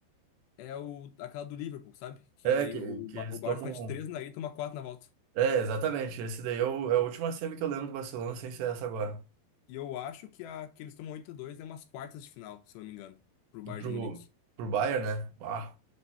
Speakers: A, on the left (about 80°); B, on the right (about 75°).
A: é o, aquela do Liverpool, sabe? Que
B: É, que,
A: o,
B: que
A: Ba-
B: eles
A: o Barça
B: tomam.
A: mete 3 na ida e toma 4 na volta.
B: É, exatamente. Esse daí é, o, é a última semi que eu lembro do Barcelona sem ser essa agora.
A: E eu acho que a que eles tomam 8-2 é umas quartas de final, se eu não me engano, pro
B: E
A: Bayern
B: Pro,
A: de Munique.
B: pro Bayern, né? Ah.